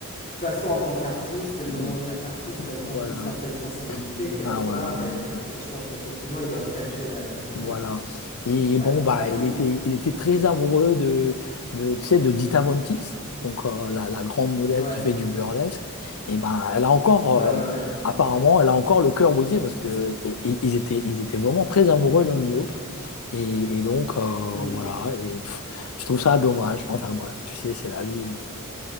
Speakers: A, on the left; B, on the left.
A: toute façon, en tant qu'artiste, dès le
B: Hmm,
A: moment où tu es artiste, tu as une, cer-
B: voilà,
A: une certaine sensibilité quelque
B: ah
A: part.
B: ouais, ouais,
A: Et,
B: ouais.
A: et je pense qu'effectivement, il doit se cacher derrière son
B: Voilà.
A: masque, quoi.
B: Et
A: Ouais,
B: bon,
A: donc
B: bah,
A: pas mal.
B: il était, il était très amoureux de, de, tu sais, de Dita Von Teese, donc euh, la, la grande modèle
A: Ouais,
B: qui fait du burlesque. Et ben, elle a encore,
A: ouais,
B: euh,
A: ouais, ouais.
B: apparemment, elle a encore le cœur brisé parce que et- et- ils étaient, ils étaient vraiment très amoureux l'un de l'autre. Et, et donc, euh,
A: Hmm.
B: voilà. Et pff, je trouve ça dommage. Enfin bref, tu sais, c'est la vie. hein.